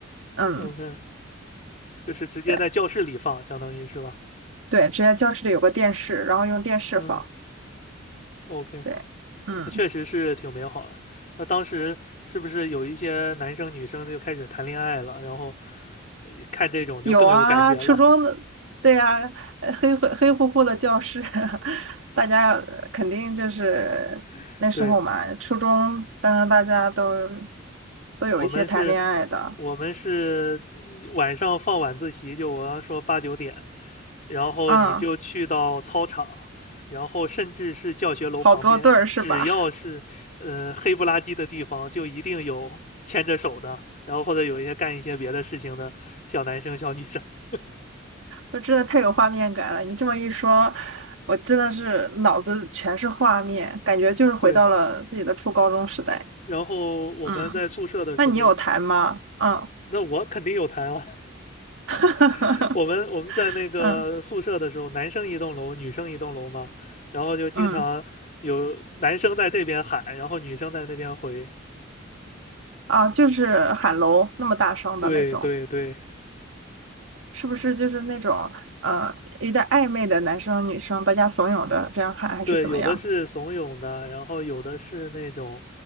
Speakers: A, on the right; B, on the left.
A: 嗯，
B: ，OK，就是直接在教室里放，
A: 对
B: 相当于是吧？
A: 对，之前教室里有个电视，然后用电视放。
B: 嗯，OK。
A: 对，嗯，
B: 那确实是挺美好的。那当时是不是有一些男生女生就开始谈恋爱了？然后呃看这种就更有感觉了。
A: 有啊，初中的，对呀、呃黑乎黑乎乎的教室，<laughs> 大家呃肯定就是那时候嘛，
B: <laughs> 对，
A: 初中，当然大家都都有一些谈恋爱的，
B: 我们是，我们是嗯晚上放晚自习，就我刚说八九点，然后你就去到操场，
A: 嗯，
B: 然后甚至是教学楼旁边，
A: 好多对儿是吧？
B: 只要是呃黑不拉几的地方，就一定有牵着手的，然后或者有一些干一些别的事情的小男生小女生。<laughs>
A: 就真的太有画面感了。你这么一说，我真的是脑子全是画面，感觉就是回到了自己的初高中时代。
B: 对，然后我们在宿舍的时候，
A: 嗯，那你有弹吗？嗯，
B: 那我肯定有谈啊。
A: <laughs>
B: <laughs> 我们我们在那个宿舍的时候，
A: 嗯
B: 男生一栋楼，女生一栋楼嘛，然后就经常有男生在这边喊，
A: 嗯
B: 然后女生在那边回。
A: 啊，就是喊楼那么大声的那种，
B: 对对对
A: 是不是就是那种呃有点暧昧的男生女生，大家怂恿着这样喊，还是怎么样？
B: 对，有的是怂恿的，然后有的是那种，